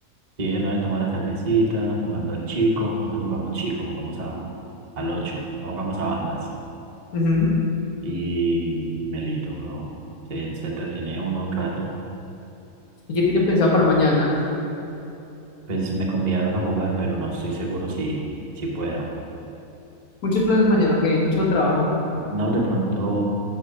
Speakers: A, on the right; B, on the left.
A: Sí, una vez tomamos la cervecita, jugando al chico, juntos jugamos chico, jugamos a, al ocho, no jugamos a bandas.
B: Ujú.
A: Y, y Melito, bro, se, se entretiene uno un rato.
B: ¿Y qué tienen pensado para mañana?
A: Pues me convidaron a jugar, pero no estoy seguro si, si pueda.
B: Muchos planes mañana, ok, mucho trabajo.
A: No, de pronto